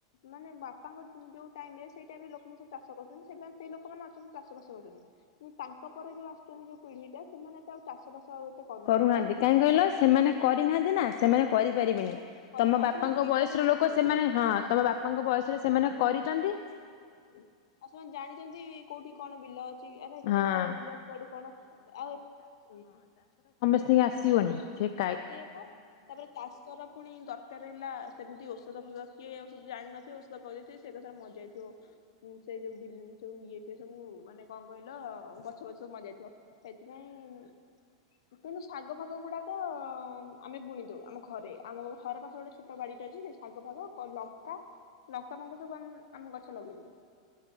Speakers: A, on the left; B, on the left.
A: ମାନେ ବାପାଙ୍କ ଯୋଉ ଟାଇମ୍ ରେ ସେଇ ଟାଇମ୍ ରେ ଲୋକଙ୍କୁ ସବୁ ଚାଷ କରୁଛନ୍ତି। ସେଇ ଲୋକମାନେ ଅଛନ୍ତି ଚାଷ ବାସ କିନ୍ତୁ ତାଙ୍କ ପରେ ଯୋଉ ଆସୁଛନ୍ତି ଯୋଉ ପିଢିଟା ସେମାନେ ଏତେ ଆଉ ଚାଷ ବାସ ଆଉ ଏତେ କରୁନାହାନ୍ତି
B: କରୁନାଁହାନ୍ତି
A: କାରଣ ହୁଁ
B: କାହିଁ କହିଲ ସେମାନେ କରିନାଁହାନ୍ତି ନା ସେମାନେ କରିପାରିବେନି।
A: ସେମାନଙ୍କୁ କରିବେ
B: ତମ
A: ଆଉ
B: ବାପାଙ୍କ
A: ସେମାନେ ବିଲ
B: ବୟସର
A: ବି ଦେଖୁଛନ୍ତି।
B: ଲୋକ ସେମାନେ ହଁ ତମ ବାପାଙ୍କ ବୟସରେ ସେମାନେ କରି ଚନ୍ତି।
A: ଆଉ ସେମାନେ ଜାଣିଛନ୍ତି କୋଉଠି କଣ ବିଲ ଅଛି? ଆରେ ଏତେ
B: ହଁ।
A: ସାରା ବିଲ ପଡି କଣ ଆଉ ଏତେ
B: ସିଏ ଆସିିିବନି। ଠିକ୍
A: ସେଇଆ ପା ତାପରେ ତାଶର ପୁଣି ଦରକାର ହେଲା ସେମିତି ଓ ଔଷଧୂଜ କିଏ ଔଷଧ ଜାଣିନଥିବ ଔଷଧ ପଏଇ ଦେଇଥିବ ସେ କଥାରେ ମଜାଇଥିବ। ସେ ଯୋଉ ସବୁ ବିଲ ଇଏ ସିଏ ସବୁ ମାନେ କଣ କହିଲ ଗଛ ଫଛ ସବୁ ମଜାଇଥିବ। ସେଥିପାଇଁ କିନ୍ତୁ ଶାଗ ଫାଗ ଗୁଡାକ ଆମେ ବୁଣି ଦୋଉ। ଆମ ଘରେ ଆମ ଘର ପାଖରେ ଗୋଟେ ଛୋଟ ବାଡିଟେ ଅଛି। ଶାଗ ଫାଗ କ ଲଙ୍କା ଲପା ପଙ୍କା ସବୁ ଆମେ ଗଛ ଲଗେଇ ଦୋଉ।